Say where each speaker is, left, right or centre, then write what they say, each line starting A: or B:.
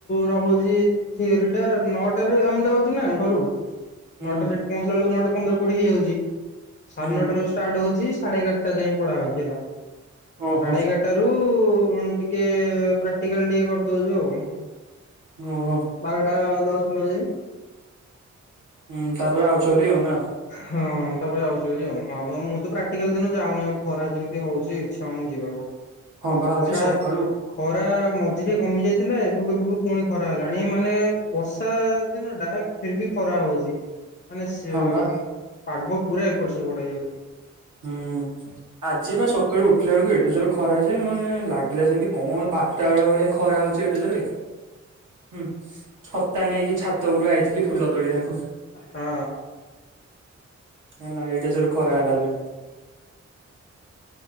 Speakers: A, on the left; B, on the right.
A: ରହୁଛି ଥିଓରିଟା ନଅଟାରୁ ଆମେ ଯାଉଛୁ ନା ଘରୁ
B: ହୁଁ
A: ନଅଟାରେ ସେଠି ପହଞ୍ଚିଲା ବେଳକୁ ନଅଟା ପନ୍ଦର କୋଡିଏ ହେଇଯାଉଛି। ସାଢେ
B: ହୁଁ
A: ନଅଟାରେ ଷ୍ଟାର୍ଟ ହଉଛି ସାଢେଏଗାରଟା ଯାଏ ପଢା ହଉଛି ହେଲା
B: ଓହୋ
A: ସାଢେ ଏଗାରଟା ଟିକେ ପ୍ରାକ୍ଟିକାଲ ଟିକେ କରିଦଉଛୁ ଆଉ
B: ଓହୋ
A: ବାରଟା ଦଶ ମାର
B: ହୁଁ ତାପରେ ଆଉଚ ହାରି ନା?
A: ହଁ ତାପରେ ଯାଉଛୁ ହାରି ଆଉ ମୁଁ ତ ପ୍ରାକ୍ଟିକାଲ ଦିନ ଯାଉନି ଆଉ ଖରା ଯେମିତି ହଉଛି ଇଚ୍ଛା ହଉନି ବ
B: ହଁ ବା ଆଜି
A: ଖରା
B: ସକାଳୁ
A: ଖରା ମଝିରେ କମି ଯାଇ ଥିଲା ଏବେକୁ ଏବେକୁ ପୁଣି ଖରା ହେଲାଣି ମାନେ ବର୍ଷା ଦିନ ଟା ଫିର ବି ଖରା ହଉଛି। ମାନେ ସେ
B: ହଁ ବା
A: ପାଗ ପୁରା ଏପଟ୍ ସେପଟ୍ ହେଇଯାଉଛି।
B: ହୁଁ ଆଜି ବା ସକାଳୁ ଉଠୁ ଦେଖିଲା ବେଳକୁ ଏଡେ ଯୋର ଖରା ଯେ ମାନେ ଲାଗିଲା ଯେମିତି କଣ ବାରଟା ବେଳ ଭଳିଆ ଖରା ହଉଛି ଏଡେ ଯୋରେ ହୁଁ ଛତା ନେଇକି ଛାତ ଉପରୁ ଆଇଥିଲି ଫୁଲ ତୋଳିବାକୁ।
A: ହଁ।
B: ହେଲା ଏଡେଯୋର୍ ଖରା ହେଲା ଯେ